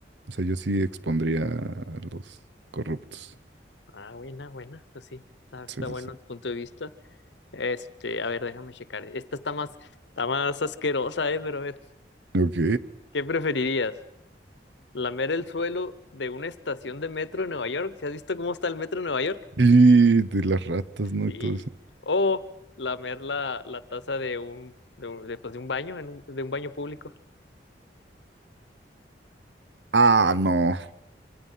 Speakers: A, on the right (about 75°); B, on the left (about 80°).
A: O sea, yo sí expondría a los corruptos.
B: Ah, buena, buena, pues sí. Ah,
A: Sí,
B: está
A: sí,
B: bueno
A: sí.
B: tu punto de vista. Este, a ver, déjame checar. Esta está más, está más asquerosa, ¿eh? Pero a ver,
A: Ok.
B: ¿qué preferirías? ¿Lamer el suelo de una estación de metro en Nueva York? ¿Si has visto cómo está el metro en Nueva York?
A: Y de las ratas, ¿no?
B: Sí.
A: Y todo eso.
B: O lamer la, la taza de un, de, un de, pues, de un baño, en un- de un baño público.
A: Ah, no.